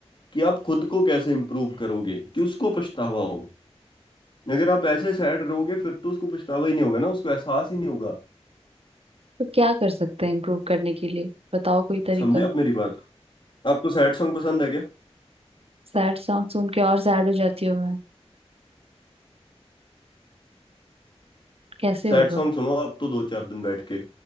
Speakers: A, on the left (about 45°); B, on the right (about 60°).
A: कि आप खुद को कैसे इम्प्रूव करोगे कि उसको पछतावा हो अगर आप ऐसे सैड रहोगे फिर तो उसको पछतावा ही नहीं होगा ना उसको एहसास ही नहीं होगा
B: तो क्या कर सकते हैं इम्प्रूव करने के लिए बताओ कोई तरीका
A: समझे आप मेरी बात आपको सैड सॉन्ग पसंद है क्या
B: सैड सॉन्ग सुन के और सैड हो जाती हूँ मैं कैसे
A: सैड
B: होगा
A: सॉन्ग सुनो आप तो दो चार दिन बैठ के